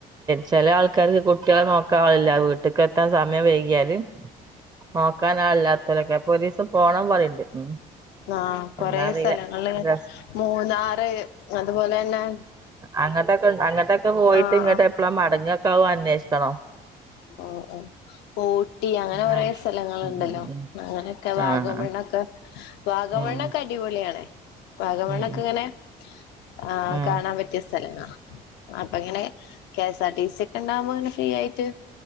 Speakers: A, on the right (about 25°); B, on the left (about 85°).
A: ചില ആൾക്കാര് കുട്ടികളെ നോക്കാ ആളില്ല വീട്ട്ക്ക് എത്താൻ സമയം വൈകിയാല് നോക്കാനാളില്ലാത്തരൊക്കെ പോലീസ്‌ പോണം പറയണ്ട് ഉം
B: ആഹ് കൊറെ
A: എന്നാ അറിയില്ല
B: സ്ഥലങ്ങള്
A: രസ്
B: മൂന്നാറ് അതുപോലെ തന്നെ
A: അങ്ങോട്ടൊക്കെണ്ട് അങ്ങട്ടൊക്കെ പോയിട്ട്
B: ആഹ്
A: ഇങ്ങട്ട്
B: ആഹ്
A: എപ്പളാ മടങ്ങെക്കാന്ന് അന്വേഷിക്കണം
B: ഓ ഓ ഊട്ടി അങ്ങനെ
A: ഉം
B: ഒരേ
A: ആഹ്
B: സ്‌ഥ സ്ഥലങ്ങള്ണ്ടല്ലോ
A: ഉം ഉം ഉം
B: അങ്ങനെയൊക്കെ
A: ആഹ്
B: വാഗമെണ്ണൊക്കെ വാഗമണ്ണൊക്കെ
A: ഉം
B: അടിപൊളിയാണ് വാഗമണൊക്കെ
A: ഉം
B: ഇങ്ങനെ ആ
A: ഉം
B: കാണാൻ പറ്റിയ സ്ഥലങ്ങളാ അപ്പ അങ്ങനെ K S R T C ഒക്കെ ഉണ്ടാകുമ്പോ ഇങ്ങനെ ഫ്രീ ആയിട്ട്